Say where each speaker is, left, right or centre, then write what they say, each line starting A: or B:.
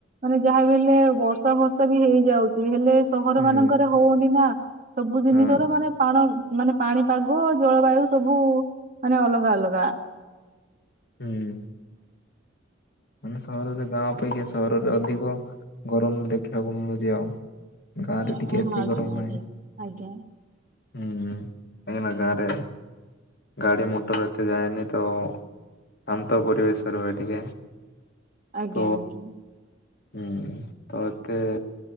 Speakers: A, on the right; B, on the left.
A: ମାନେ ଯାହା ଲେ ବର୍ଷା ଫର୍ଷା ବି ହେଇଯାଉଛି ହେଲେ ସହର
B: ହୁଁ
A: ମାନଙ୍କରେ ହଉନି ନା ସବୁ ଜିନିଷ
B: ହଁ
A: ର ମାନେ ପାଣ ମାନେ ପାଣିପାଗ ଜଳବାୟୁ ସବୁ ମାନେ ଅଲଗା ଅଲଗା।
B: ହୁଁ। ମାନେ ସହରରେ ଗାଁ ଅପେକ୍ଷା ସହରରେ ଅଧିକ ଗରମ ଦେଖିବାକୁ ମିଳୁଛି ଆଉ! ଗାଁରେ
A: ହଁ
B: ଟିକେ ଏତେ
A: ଆଜ୍ଞା
B: ଗରମ
A: ଆଜ୍ଞା
B: ନାହିଁ
A: ଆଜ୍ଞା
B: ହୁଁ କାହିଁକିନା ଗାଁରେ ଗାଡି ମଟର ଏତେ ଯାଏନି ତ ଶାନ୍ତ ପରିବେଶ ରୁହେ ଟିକେ।
A: ଆଜ୍ଞା
B: ତ
A: ଆଜ୍ଞା।
B: ହୁଁ ତ ଏତେ